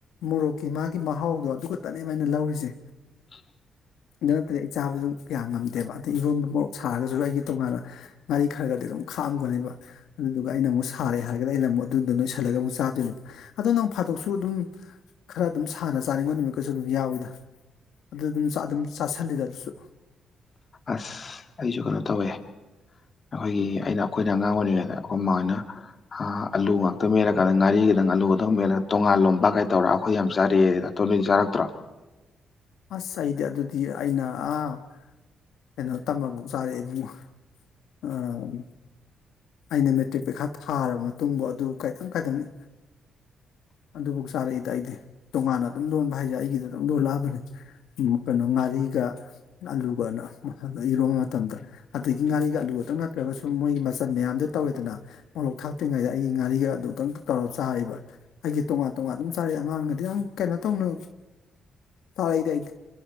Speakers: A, on the left; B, on the left.
A: ꯃꯣꯔꯣꯛꯀꯤ ꯃꯥꯒꯤ ꯃꯍꯥꯎꯗꯣ ꯑꯗꯨꯈꯛꯇꯅꯦꯕ ꯑꯩꯅ ꯂꯧꯔꯤꯖꯦ
B: <inaudible>
A: ꯑꯗꯨ ꯅꯠꯇꯦ ꯑꯩ ꯆꯥꯕꯖꯨ ꯀꯌꯥ ꯉꯝꯗꯦꯕ ꯑꯗꯩ ꯏꯔꯣꯟꯕ ꯃꯣꯔꯣꯛ ꯁꯥꯔꯒꯖꯨ ꯑꯩꯒꯤ ꯇꯣꯉꯥꯟꯅ ꯉꯥꯔꯤ ꯈꯔꯒꯗꯤ ꯑꯗꯨꯝ ꯈꯥꯛꯑꯝꯒꯅꯦꯕ ꯑꯗꯨꯗꯨꯒ ꯑꯩꯅ ꯑꯃꯨꯛ ꯁꯥꯔꯦ ꯍꯥꯏꯔꯒꯅ ꯑꯩꯅ ꯑꯃꯨꯛ ꯑꯗꯨꯗꯣ ꯅꯣꯏ ꯁꯜꯂꯒ ꯑꯃꯨꯛ ꯆꯥꯗꯣꯏꯅꯦꯕ ꯑꯗꯣ ꯅꯣꯡ ꯐꯥꯗꯣꯛꯁꯨ ꯑꯗꯨꯝ ꯈꯔ ꯑꯗꯨꯝ ꯁꯥꯟꯅ ꯆꯥꯅꯤꯡꯕ ꯅꯨꯃꯤꯠ ꯀꯖꯨ ꯑꯗꯨꯝ ꯌꯥꯎꯋꯤꯗ ꯑꯗꯨ ꯑꯗꯨꯝ ꯑꯗꯨꯝ ꯆꯥꯥꯁꯜꯂꯤꯗ ꯑꯗꯨꯁꯨ
B: ꯑꯁ ꯑꯩꯖꯨ ꯀꯩꯅꯣ ꯇꯧꯋꯦ ꯑꯈꯣꯏꯒꯤ ꯑꯩꯅ ꯑꯩꯈꯣꯏꯅ ꯑꯉꯥꯡ ꯑꯣꯏꯔꯤꯉꯩꯗ ꯑꯩꯈꯣꯏ ꯃꯥꯟ ꯅ ꯑꯥ ꯑꯥꯂꯨ ꯉꯥꯛꯇꯪ ꯃꯦꯜꯂꯀꯥꯟꯗ ꯉꯥꯔꯤꯒꯗꯪ ꯑꯥꯂꯨꯒꯇꯪ ꯃꯦꯠꯂꯒ ꯇꯣꯉꯥꯟ ꯂꯣꯝꯕ ꯀꯩ ꯇꯧꯔꯒ ꯑꯩꯈꯣꯏ ꯌꯥꯝ ꯆꯥꯔꯛꯑꯦ ꯅꯣꯏꯗꯤ ꯆꯥꯔꯛꯇ꯭ꯔꯣ
A: ꯑꯁ ꯑꯩꯗꯤ ꯑꯗꯨꯗꯤ ꯑꯩꯅ ꯑꯥ ꯀꯩꯅꯣ ꯇꯝꯃꯕꯧ ꯆꯥꯔꯛꯑꯦ ꯑꯦꯕꯨꯡꯉꯣ ꯑꯎꯝ ꯑꯩꯅ ꯃꯦꯇ꯭ꯔꯤꯛ ꯄꯩꯈꯥ ꯊꯥꯔꯕ ꯃꯇꯨꯡꯕꯧ ꯑꯗꯨ ꯀꯥꯏꯗꯪ ꯀꯥꯏꯗꯪꯅꯦ
B: <inaudible>
A: ꯑꯗꯨꯕꯨꯛ ꯆꯥꯔꯛꯏꯗ ꯑꯩꯗꯤ ꯇꯣꯉꯥꯟꯅ ꯑꯗꯨꯝ ꯂꯣꯟꯕ ꯍꯥꯏꯖꯦ ꯑꯩꯒꯤꯗꯤ ꯑꯗꯨꯝ ꯂꯣꯜꯂꯛꯑꯕꯅꯤ ꯀꯩꯅꯣ ꯉꯥꯔꯤ ꯒ ꯑꯂꯨꯒꯅ ꯃꯐꯝꯗ ꯏꯔꯣꯟꯕ ꯃꯇꯝꯗ ꯑꯗꯒꯤ ꯉꯥꯔꯤꯒ ꯑꯥꯂꯨ ꯈꯛꯇꯪ ꯅꯠꯇ꯭ꯔꯒꯁꯨ ꯃꯣꯏ ꯇꯟ ꯃꯌꯥꯝꯗꯣ ꯇꯧꯔꯦꯗꯅ ꯃꯣꯔꯣꯛ ꯊꯥꯛꯇ꯭ꯔꯤꯉꯩꯗ ꯑꯩꯒꯤ ꯉꯥꯔꯤꯒ ꯑꯗꯨꯗꯪ ꯇꯧꯔꯒ ꯆꯥꯔꯤꯕ ꯑꯩꯒꯤ ꯇꯣꯉꯥꯟ ꯇꯣ ꯇꯣꯉꯥꯟ ꯑꯗꯨꯝ ꯆꯥꯔꯛꯑꯦ ꯑꯉꯥꯡꯑꯣꯏꯉꯩꯗ ꯌꯥꯝ ꯀꯩꯅꯣ ꯇꯧꯅ ꯆꯥꯔꯛꯏꯗ ꯑꯩꯗꯤ